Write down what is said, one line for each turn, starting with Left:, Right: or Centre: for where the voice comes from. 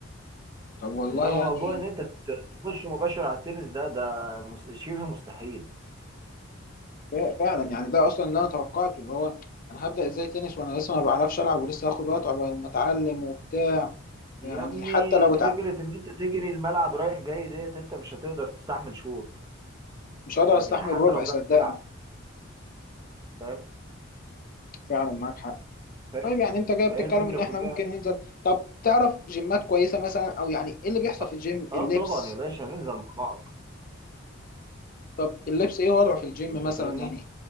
Left: طب والله
Right: انما
Left: يعني
Right: موضوع ان انت ت- تخش مباشر على التنس ده ده مس- شبه مستحيل
Left: ف- فعلا يعني ده اصلا اللي انا توقعته اللي هو انا هبدأ ازاي تنس وانا لسه ما بعرفش العب ولسه هاخد وقت عقبال ما اتعلم وبتاع
Right: يا
Left: يعني
Right: ابني
Left: حتى لو
Right: الفكرة
Left: اتعلم
Right: ان انت تجري الملعب رايح جاي ديت انت مش هتقدر تستحمل شوط
Left: مش هقدر
Right: فاهم
Left: استحمل
Right: يعني حتى
Left: ربع
Right: لو بتعرف
Left: صدقني
Right: تلعب فاهم
Left: فعلا معاك حق
Right: فاهم؟
Left: طيب يعني انت جاي
Right: فهي
Left: بتتكلم
Right: الفكرة
Left: ان احنا
Right: كلها
Left: ممكن ننزل طب تعرف جيمات كويسه مثلا او يعني ايه اللي بيحصل
Right: اه
Left: في الجيم
Right: آه
Left: اللبس
Right: طبعا يا باشا هننزل مع بعض
Left: طب اللبس ايه وضعه في الجيم
Right: انت
Left: مثلا
Right: فاهمني
Left: يعني